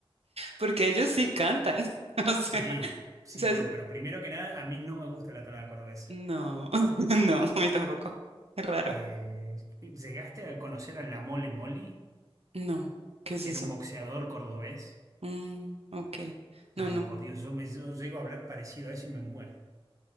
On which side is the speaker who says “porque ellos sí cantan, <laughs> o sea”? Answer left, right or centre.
Right